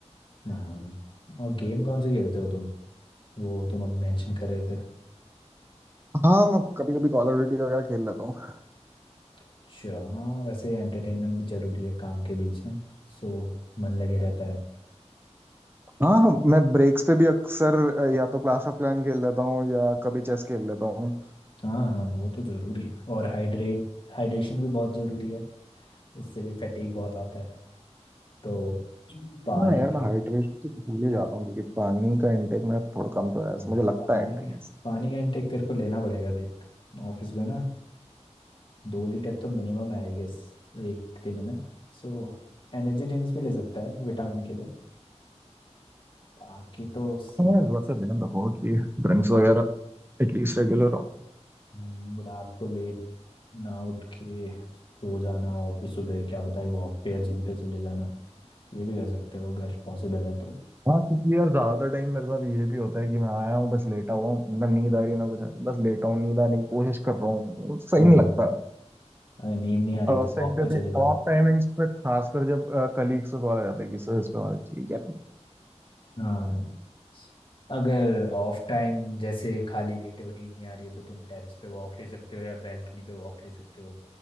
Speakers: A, on the left; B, on the right.
A: हाँ और गेम कौन से खेलते हो तुम वो तुम अब मेंशन कर रहे थे
B: हाँ मैं कभी कभी कॉल ऑफ ड्यूटी वगैरह खेल लेता हूँ
A: अच्छा हाँ वैसे एंटरटेनमेंट भी जरूरी है काम के बीच ना सो मन लगे रहता है
B: हाँ हाँ, मैं ब्रेक्स पे भी अक्सर अ, या तो क्लाश ऑफ क्लैन खेल लेता हूँ या कभी चेस खेल लेता हूँ
A: हाँ हाँ वो तो जरूरी है और हाइड्रेट हाइड्रेशन भी बहुत जरूरी है उससे भी फैटीग बहुत आता है तो पानी
B: हाँ यार
A: भी
B: मैं हाइड्रेशन तो भूल ही जाता हूँ क्योंकि पानी का इनटेक मेरा थोड़ा कम तो है ऐसा
A: हाँ
B: मुझे लगता
A: पानी
B: है टाइम्स
A: पानी का इनटेक तेरे को लेना पड़ेगा देख ऑफिस में ना दो लीटर तो मिनिमम है आई गेस एक दिन में सो एनर्जी ड्रिंक्स भी ले सकता है विटामिन के लिए बाकी तो सीख
B: हाँ इस
A: है
B: बात
A: सर
B: का ध्यान रखो कि ड्रिंक्स वगैरह एटलीस्ट रेगुलर हो
A: हम्म, रात को लेट ना उठ के सो जाना और फिर सुबह क्या बताए वॉक पे या जिम पे चले जाना ये भी कर सकते हो अगर पॉसिबल है तो
B: हाँ क्योंकि यार ज्यादा टाइम मेरे साथ ये भी होता है कि मैं आया हूँ बस लेटा हुआ हूँ ना नींद आ रही है ना कुछ आ रही बस लेटा हूँ नींद आने की कोशिश कर रहा हूँ सही
A: हाँ
B: नहीं लगता
A: अगर नींद नहीं आ रही
B: और
A: है तो
B: उस टाइम
A: वॉक
B: पे
A: पे चले
B: भी
A: जाओ
B: ऑफ टाइमिंग्स पे खासकर जब कलीग्स को कॉल आ जाता है कि सर इस पे हमारा चाहिए यार
A: हाँ अगर ऑफ टाइम जैसे खाली लेटे हो नींद नहीं आ रही है तो तुम टेरेस पे वॉक ले सकते हो या बैल्कनी पे वॉक ले सकते हो